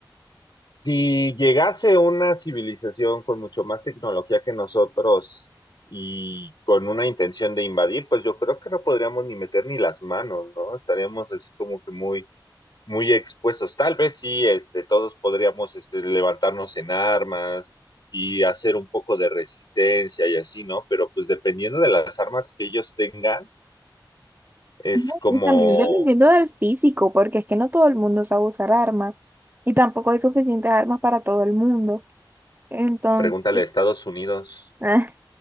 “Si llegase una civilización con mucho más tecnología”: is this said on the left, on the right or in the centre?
Left